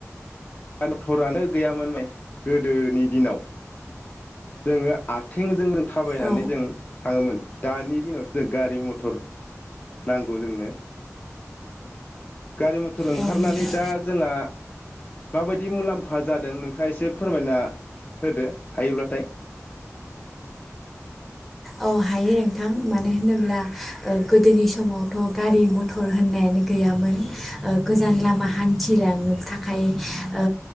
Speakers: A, on the left; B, in the centre.
A: मटरानो गैया माने गोदोनि दिनाव जोङो आथेंजों थाबायनानै
B: औ
A: जों थाङोमोन दानि दिनावसो जों गारि मथर नांगौ जोंनो गारि मथर ओंखारनानै
B: औ नोंथां
A: दा जोंहा माबायदि मुलाम्फा जादों नोंथाङा एसे फोरमायना होदो हायोब्लाथाय
B: औ हायो नोंथां मानो होनोब्ला ओ गोदोनि समावथ' गारि मथर होननायानो गैयामोन ओ गोजान लामा हान्थिलांनो थाखाय ओ